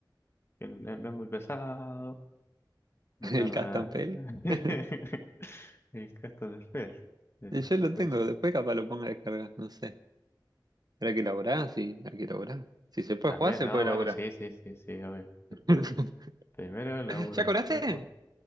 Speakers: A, on the left; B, on the right.
A: que no no es muy pesado, no
B: El
A: tarda
B: Castampel.
A: <laughs>
B: <laughs>
A: el gasto de fe. de-
B: Yo
A: se
B: lo
A: puede
B: tengo,
A: decir.
B: después capaz lo ponga a descargar, no sé. ¿Será que elaborás? Sí, hay que elaborar. Si se puede
A: También,
B: jugar, se
A: no,
B: puede elaborar.
A: bueno, sí, sí, sí, sí, obvio. Después,
B: <laughs>
A: primero el laburo,
B: ¿Ya cobraste?
A: después juego.